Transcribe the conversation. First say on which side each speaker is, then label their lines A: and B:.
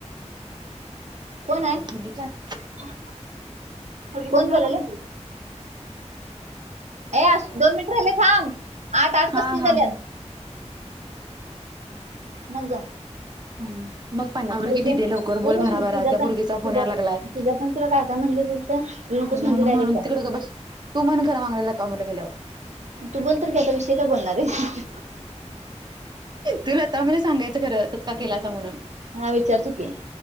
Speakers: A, on the right; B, on the right.
A: कोण आहे
B: बोलू की आता
A: कोण बोलालय? ए अस- दोन मिनिट राहिले थांब आठ आठ
B: हा
A: पस्तीस
B: हा
A: झाल्यात
B: ह.
A: मग ग.
B: <inaudible> ह मग पनना
A: म्हणजे
B: आवर की
A: ते
B: दिेदे लवकर
A: होय
B: बोल
A: गं,
B: भराभरा
A: सु- सुजाता
B: त्या मुलगी
A: सुजा
B: चा फोन यायला लागलाय.
A: सुजाता तुला काय काय <unintelligible>
B: म्ह म्हणून
A: डायरेक्ट जा.
B: तिकडं बस तू म्हण खर मागन लता मामीला गेल्यावर
A: तू बोलत काय तर विषय काय बोलणार आहे?
B: तु लता मामीला सांगायचं खरं पचका केलासा म्हणून.
A: हा विचारतो की.